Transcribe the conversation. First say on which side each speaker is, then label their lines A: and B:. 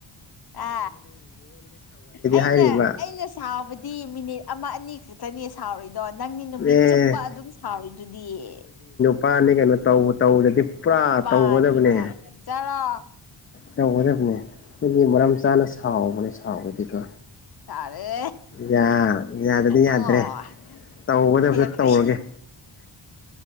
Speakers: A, on the left; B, on the left.
A: ꯑ ꯑꯩꯅ
B: ꯍꯥꯏꯔꯤꯕ
A: ꯑꯩꯅ ꯁꯕꯗꯤ ꯃꯤꯅꯤꯠ ꯑꯃ ꯑꯅꯤ ꯈꯛꯇꯅꯦ ꯁꯥꯎꯔꯏꯗꯣ ꯅꯪꯅꯤ ꯅꯨꯃꯤꯠ
B: ꯑꯦ
A: ꯆꯨꯞꯄ ꯑꯗꯨꯝ ꯁꯥꯎꯔꯤꯗꯨꯗꯤꯌꯦ
B: ꯄꯥꯅꯤ ꯀꯩꯅꯣ ꯇꯧꯕ ꯇꯧꯗꯗꯤ ꯄꯨꯔꯥ
A: ꯅꯨꯞꯄꯥꯅꯤ
B: ꯇꯧꯒꯗꯕꯅꯦ
A: ꯀꯥꯏꯅ ꯆꯂꯣ
B: ꯇꯧꯒꯗꯕꯅꯦ ꯃꯤꯗꯤ ꯃꯔꯝ ꯆꯥꯅ ꯁꯥꯎꯕꯅꯦ ꯁꯥꯎꯔꯗꯤꯀꯣ
A: ꯁꯥꯔꯦ
B: ꯌꯥ ꯌꯥꯗꯗꯤ ꯌꯥꯗ꯭ꯔꯦ
A: ꯑꯣ
B: ꯇꯧꯒꯗꯕꯗꯨ
A: ꯍꯦꯗ꯭ꯔꯤ
B: ꯇꯧꯔꯒꯦ